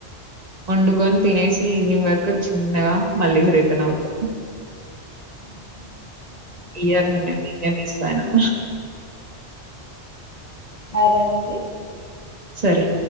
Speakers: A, on the right; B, on the left.
A: వండుకొని తినేసి ఈవినింగ్ వరకు చిన్నగా మళ్ళీ రిటర్న్ అవుతాం
B: అవును
A: ఈ ఇయర్ నుండే మేం మిక్స్ అయినం
B: అరే అండి
A: సరే